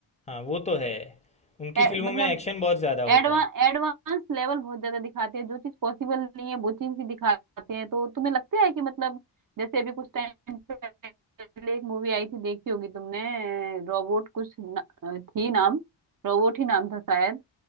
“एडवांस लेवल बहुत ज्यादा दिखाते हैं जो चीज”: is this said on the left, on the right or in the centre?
Right